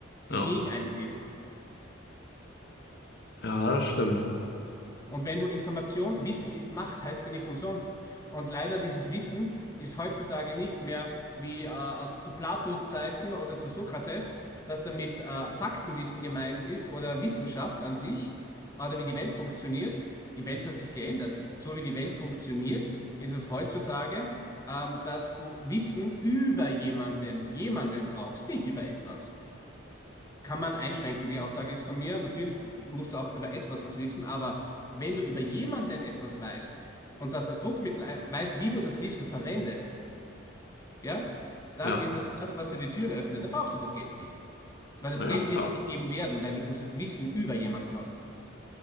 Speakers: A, on the left; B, on the left.
A: ja,
B: die gegen einen ist.
A: ja, das stimmt.
B: Und wenn du Information, Wissen ist Macht, heißt ja nicht umsonst. Und leider dieses Wissen ist heutzutage nicht mehr wie äh, aus zu Platos Zeiten oder zu Sokrates, dass damit äh, Faktenwissen gemeint ist oder Wissenschaft an sich oder wie die Welt funktioniert. Die Welt hat sich geändert. So wie die Welt funktioniert, ist es heutzutage, ähm, dass du Wissen über jemanden, jemanden brauchst, nicht über etwas kann man einschränken, die Aussage jetzt von mir. Natürlich musst du auch über etwas was wissen, aber wenn du über jemanden etwas weißt und das als Druckmittel ei- weißt, wie du das Wissen verwendest, ja, dann
A: Ja,
B: ist es das, was dir die Türen öffnet. Da brauchst du das Geld nicht, weil das
A: ja,
B: Geld
A: klar.
B: wird dir gegeben werden, weil du das Wissen über jemanden hast.